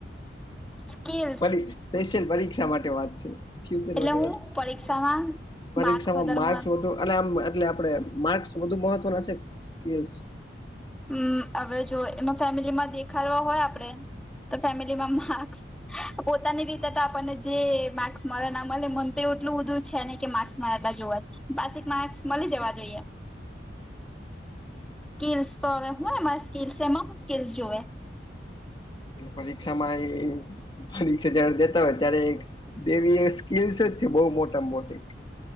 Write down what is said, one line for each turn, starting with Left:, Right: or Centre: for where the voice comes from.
Centre: સ્કીિલ
Left: પડી સ્પેશિયલ પરીક્ષા માટે વાત છે. ફ્યુચર
Centre: એટલે
Left: માટે
Centre: હું પરીક્ષામાં
Left: પરીક્ષામાં
Centre: માર્ક્સ વધારમાં
Left: માર્ક્સ વધુ અને આમ એટલે આપડે માર્ક્સ વધું મહત્વના છે, કે સ્કિલ્સ
Centre: હમ હવે જો એમાં ફેમિલીમાં દેખાડવા હોય આપડે તો ફેમિલીમાં માર્ક્સ પોતાની રીતે તો આપણને જે માર્ક્સ મલે ના મલે મન તો એ એટલું બધું છે નય કે મા ર્ક્સ એટલા જોવે છે, પાસિક માર્ક્સ મલી જવા જોઈએ સ્કીિલ્સ તો હવે હું એમાં સ્કીલ્સ એમાં હું સ્કીલસ જોવે
Left: એ પરીક્ષામાં એ પરીક્ષા જ્યારે દેતા હોય ત્યારે એક દેવી સ્કીલસ જ છે, બો મોટા મોટી